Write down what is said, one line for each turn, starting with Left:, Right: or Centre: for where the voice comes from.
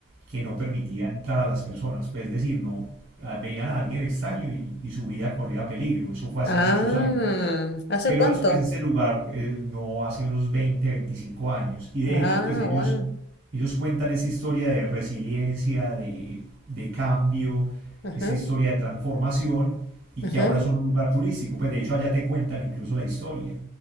Right: que no permitía entrar a las personas. Pues es decir, no ah, veían a alguien extraño y, y su vida corría peligro. Eso fue hace
Left: Ah,
Right: muchos años.
Left: ¿hace
Right: Pero
Left: cuánto?
Right: después este lugar eh, no hace unos 20, 25 años. Y de
Left: Ah,
Right: hecho, pues ellos,
Left: bueno.
Right: ellos cuentan esa historia de resiliencia, de, de cambio,
Left: Ajá,
Right: esta historia de transformación y
Left: ajá,
Right: que ahora son un lugar turístico. Pues de hecho allá te cuentan incluso la historia.